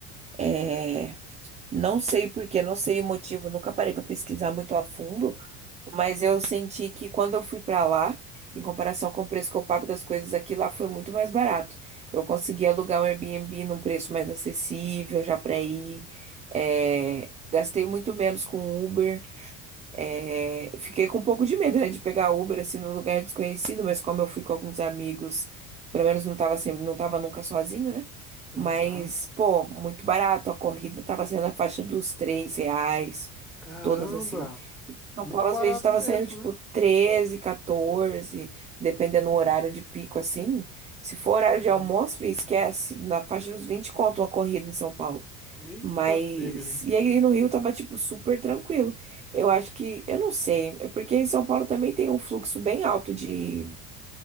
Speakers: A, on the right; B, in the centre.
A: É, não sei por quê, não sei o motivo, nunca parei pra pesquisar muito a fundo, mas eu senti que quando eu fui pra lá, em comparação com o preço que eu pago das coisas aqui, lá foi muito mais barato. Eu consegui alugar um Airbnb num preço mais acessível já pra ir, é, gastei muito menos com Uber. É, fiquei com um pouco de medo, né, de pegar Uber assim num lugar desconhecido, mas como eu fui com alguns amigos, pelo menos não tava sempre, não tava nunca sozinho, né? Mas,
B: Aham.
A: pô, muito barato, a corrida tava saindo na faixa dos 3 reais,
B: Caramba,
A: todas assim. E São
B: muito
A: Paulo
B: barato
A: às vezes tava
B: mesmo,
A: saindo tipo
B: né?
A: 13 14, dependendo do horário de pico assim. Se for horário
B: Uhum.
A: de almoço, fi, esquece, na faixa dos 20 conto uma corrida em São Paulo.
B: Eita,
A: Mas.
B: pegli.
A: E aí no Rio tava, tipo, super tranquilo. Eu acho que. Eu não sei. É porque em São Paulo também tem um fluxo bem alto de,